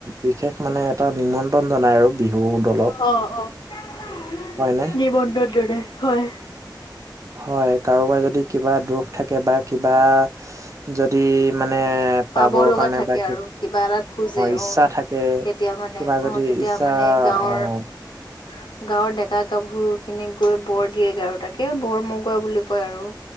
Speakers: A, on the right; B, on the left.
A: বিশেষ মানে এটা নিমন্ত্ৰণ জনাই আৰু। বিহু দলক
B: অ' অ'
A: হয়নে?
B: নিমন্ত্ৰণ জনাই হয়।
A: হয়' কাৰোবাৰ যদি কিবা দুখ থাকে বা কিবা যদি মানে পাবৰ
B: পাব লগা
A: কাৰণে
B: থাকে
A: বা
B: আৰু, কিবা এটা খোজে
A: ইচ্ছা
B: অ',
A: থাকে
B: তেতিয়া মানে
A: কিবা যদি
B: অ' তেতিয়া
A: ইচ্ছা
B: মানে গাঁৱৰ
A: অ',
B: গাঁও ডেকা গাভৰুখিনি গৈ বৰ দিয়েগে আৰু তাকে বৰ মগোৱা বুলি কয় আৰু।